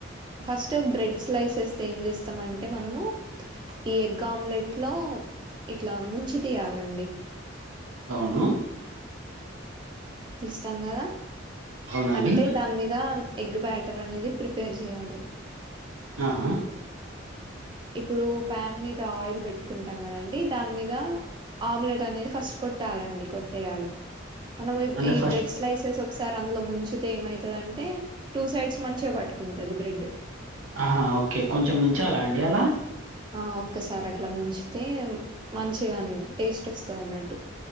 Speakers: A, on the right; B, on the right.
A: ఫస్ట్ బ్రెడ్ స్లైసెస్ ఏం చేస్తామంటే మనము ఈ ఎగ్ ఆమ్లెట్ లో ఇట్లా ము మంచి తీయాలండి
B: అవును
A: తెస్తాం కదా
B: అవునండి
A: అంటే దాని మీద ఎగ్ బ్యాటర్ అనేది ప్రిపేర్ చేయాలి
B: ఆహా
A: ఇప్పుడు ప్యాన్ మీద ఆయిల్ పెట్టుకుంటాం కదండి దాని మీద ఆమ్లెట్ అనేది ఫస్ట్ కొట్టాలండి కొట్టేయాలి మనం
B: అంటే
A: ఈ
B: ఫస్ట్
A: బ్రెడ్ స్లైసెస్ ఒకసారి అందులో ముంచ ఏమైతుంది అంటే టూ సైడ్స్ మంచిగా పట్టుకుంటది బ్రెడ్
B: ఆ ఓకే కొంచెం ఉంచాలా అండి అలా
A: ఆ ఒక్కసారి అట్లా ముంచితే మంచిగా టేస్ట్ వస్తదన్నట్టు